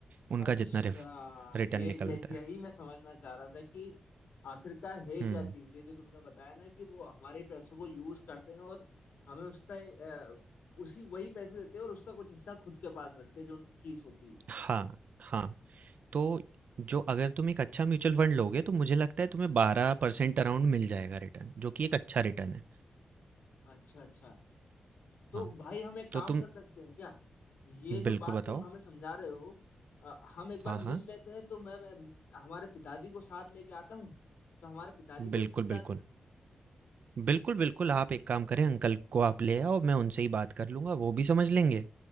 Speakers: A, on the right (about 55°); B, on the left (about 80°).
A: उनका
B: अच्छा
A: जितना रिटर्न
B: ये,
A: निकलता
B: ये यही
A: है
B: मैं समझना चाह रहा था कि आखिरकार है
A: हम्म
B: क्या चीज ये जो तुमने बताया ना कि वो हमारे पैसों को यूज करते हैं और हमें उसका अ, उसी वही पैसे देते हैं और उसका कुछ हिस्सा खुद के पास रखते हैं जो उनकी फीस होती है
A: हाँ हाँ तो जो अगर तुम एक अच्छा म्यूचुअल फंड लोगे तो मुझे लगता है तुम्हें बारह परसेंट अराउंड मिल जाएगा रिटर्न जो कि एक अच्छा रिटर्न है
B: अच्छा अच्छा तो
A: हाँ
B: भाई हम एक काम
A: तो तुम
B: कर सकते हैं क्या ये जो
A: बिल्कुल
B: बात
A: बताओ
B: तुम हमें समझा रहे हो अ, हम एक बार
A: हाँ
B: मिल
A: हाँ
B: लेते हैं तो मैं, मैं हमारे पिताजी को साथ लेके आता हूँ तो हमारे पिताजी को
A: बिल्कुल
B: भी समझा
A: बिल्कुल
B: देना
A: बिल्कुल, बिल्कुल, आप एक काम करें अंकल को आप ले आओ, मैं उनसे ही बात कर लूँगा, वो भी समझ लेंगे,